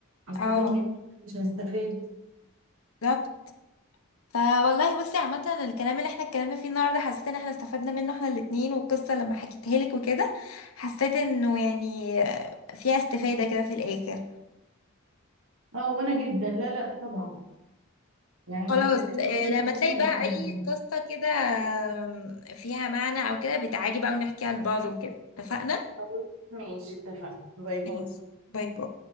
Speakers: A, on the right; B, on the left.
A: هستفاد
B: اه
A: منها مش هستفاد
B: بالظبط فوالله بصي عامة الكلام اللي احنا اتكلمنا فيه النهارده حسيت ان احنا استفدنا منه احنا الاتنين والقصة لما حكيتها لك وكده حسيت انه يعني فيها استفادة كده في الاخر
A: اه وانا جدا لا لا طبعا يعني
B: خلاص
A: اتكلمنا
B: آه،
A: في حاجه
B: لما
A: مهمه
B: تلاقي بقى
A: جدا
B: اي قصة كده آم، فيها معنى او كده بتعالي بقى ونحكيها لبعض وكده اتفقنا؟
A: خلاص ماشي اتفقنا باي باي
B: ماشي باي باي